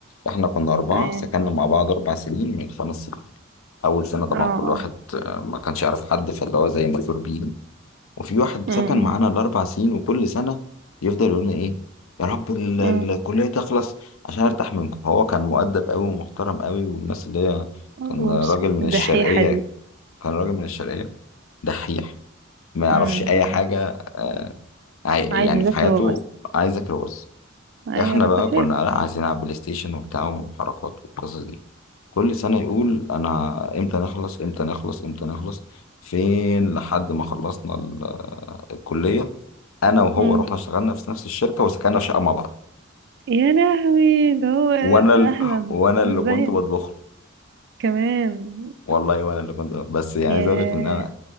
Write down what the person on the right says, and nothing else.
تمام
اه
اه
امم
امم
وش
<laughs>
الدحيحه
دي
امم
عايز
يذاكر
وبس
ايوه
انا
فاكراها
امم
يا لهوي ده هو
اهلا
ازاي
كمان
ياه